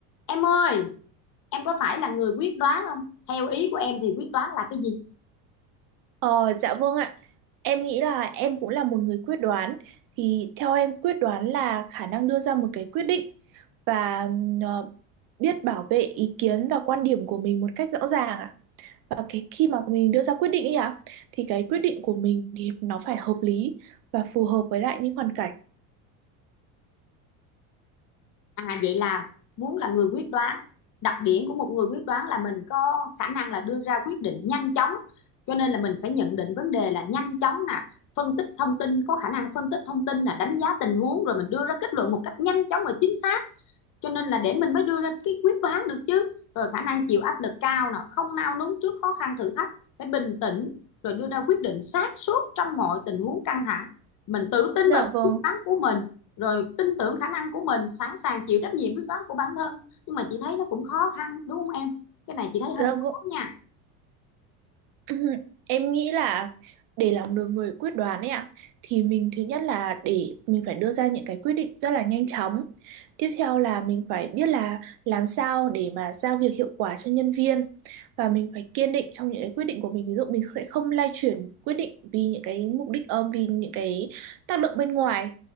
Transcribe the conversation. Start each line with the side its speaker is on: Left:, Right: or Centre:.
Left: Em ơi, em có phải là người quyết đoán không? Theo ý của em thì quyết đoán là cái gì?
Right: Ờ, dạ vâng ạ. Em nghĩ là em cũng là một người quyết đoán. Thì theo em quyết đoán là khả năng đưa ra một cái quyết định và ừm, ờ, biết bảo vệ ý kiến và quan điểm của mình một cách rõ ràng ạ. Và cái khi mà mình đưa ra quyết định ấy ạ, thì cái quyết định của mình thì nó phải hợp lý và phù hợp với lại những hoàn cảnh.
Left: À vậy là muốn là người quyết đoán. Đặc điểm của một người quyết đoán là mình có khả năng là đưa ra quyết định nhanh chóng. Cho nên là mình phải nhận định vấn đề là nhanh chóng nè, phân tích thông tin, có khả năng phân tích thông tin nè, đánh giá tình huống rồi mình đưa ra kết luận một cách nhanh chóng và chính xác cho nên là để mình mới đưa ra cái quyết đoán được chứ rồi khả năng chịu áp lực cao nè không nao núng trước khó khăn thử thách phải bình tĩnh rồi đưa ra quyết định sáng suốt trong mọi tình huống căng thẳng mình tự tin
Right: Dạ
Left: vào
Right: vâng.
Left: quyết đoán của mình rồi tin tưởng khả năng của mình sẵn sàng chịu trách nhiệm quyết đoán của bản thân nhưng mà chị thấy nó cũng khó khăn đúng không em cái này chị thấy hơi
Right: Dạ
Left: khó
Right: vâng.
Left: nha
Right: <laughs> <clears throat> Em nghĩ là để làm được người quyết đoán ấy ạ thì mình thứ nhất là để mình phải đưa ra những cái quyết định rất là nhanh chóng. Tiếp theo là mình phải biết là làm sao để mà giao việc hiệu quả cho nhân viên và mình phải kiên định trong những cái quyết định của mình. Ví dụ mình sẽ không lay chuyển quyết định vì những cái mục đích ôm vì những cái tác động bên ngoài